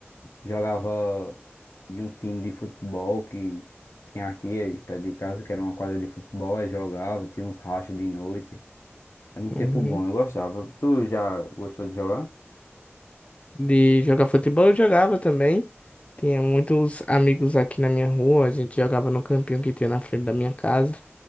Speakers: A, on the left; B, on the left.
A: Jogava em um time de futebol que tinha aqui perto de casa, que era uma quadra de futebol, aí jogava, tinha uns rachas de noite. Era um
B: Uhum.
A: tempo bom, eu gostava. Tu já gostou de jogar?
B: De jogar futebol eu jogava também. Tinha muitos amigos aqui na minha rua. A gente jogava no campinho que tinha na frente da minha casa.